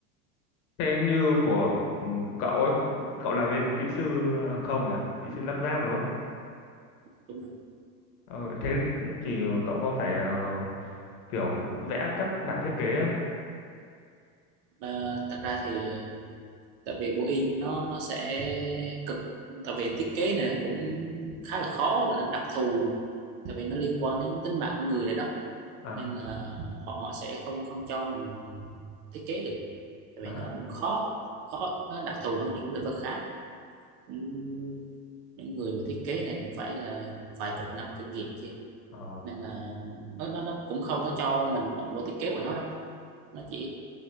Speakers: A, on the left (about 65°); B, on the right (about 55°).
A: thế như của ừ, cậu ấy cậu là bên kỹ sư hàng không nhỉ kỹ sư lắp ráp đúng không
B: đúng không?
A: ờ, thế thì cậu có phải ờ, kiểu vẽ các bản thiết kế không
B: Ờ, thật ra thì tại vì Boeing nó nó sẽ cực tại vì thiết kế này cũng khá là khó và nó đặc thù tại vì nó liên quan đến tính mạng của người nữa đó
A: à,
B: nên là họ họ sẽ không không cho mình thiết kế được tại
A: à,
B: vì nó cũng khó khó nó đặc thù hơn những lĩnh vực khác Ừm, những người mà thiết kế này cũng phải là vài chục năm kinh nghiệm kia
A: ờ.
B: nên là nó nó nó cũng không có cho mình động vô thiết kế của nó đâu nó chỉ